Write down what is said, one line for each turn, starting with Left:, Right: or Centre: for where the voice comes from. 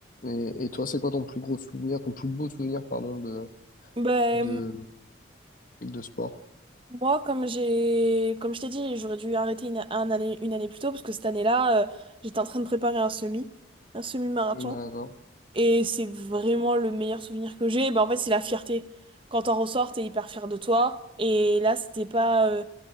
Left: Et, et toi, c'est quoi ton plus gros souvenir, ton plus beau souvenir, pardon, de,
Right: Ben,
Left: de, de sport?
Right: Moi, comme j'ai, comme je t'ai dit, j'aurais dû arrêter une, un année, une année plus tôt parce que cette année-là, euh, j'étais en train de préparer un semi, un semi-marathon.
Left: D'accord.
Right: Et c'est vraiment le meilleur souvenir que j'ai. Ben, en fait, c'est la fierté. Quand t'en ressors, t'es hyper fier de toi. Et là, c'était pas, euh,